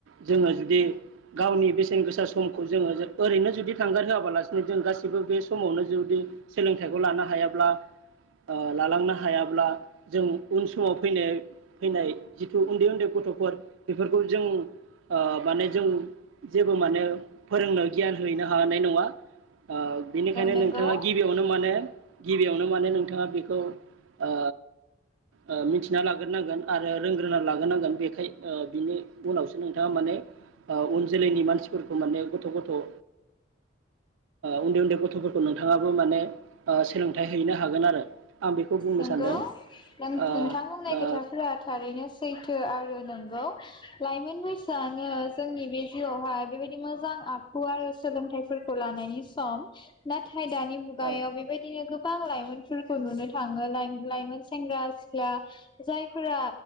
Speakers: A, on the right (about 80°); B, on the left (about 25°).
A: जोङो जुदि गावनि बेसेन गोसा समखौ जोङो ओरैनो जुदि थांगार होआबालासिनो जों गासिबो बे समावनो जुदि सोलोंथाइखौ लानो हा हायाब्ला ओ लालांनो हायाब्ला जों उन समाव फैनाय फैनाय जिथु उन्दै उन्दै गथ'फोर बेफोरखौ जों ओ माने जों जेबो माने फोरोंनो गियान हैनो हानाय नङा ओ बेनिखायनो
B: नंगौ
A: नोंथाङा गिबियावनो माने गिबियावनो मानो नों नोंथाङा बेखौ ओ ओ मिथिना लाग्रोनांगोन आरो रोंग्रोना लाग्रोनांगोन बेखाय बिनि उनावसो नोंथाङा माने ओ उन जोलैनि मानसिफोरखौ माने गथ' गथ' ओ उन्दै उन्दै गथ'फोरखौ नोंथाङाबो माने ओ सोलों थाय हैनो हागोन आरो
B: नोंगौ
A: सानदों ओ
B: नों नोंथां बुंनाय खोथाफोरा थारैनो सैथो आरो नोंगौ लाइमोन बै सो आनो जोंनि बे जिउ आवहा बेबायदि मोजां आखु आरो सोलोंथाइफोरखौ लानायनि सम नाथ थाय दानि मुगायाव
A: ओ
B: बेबायदिनो गो बां लाइमोनफोरखौ नुनो थाङो लाइ लाइमोन सेंग्रा सिख्ला जायफोरा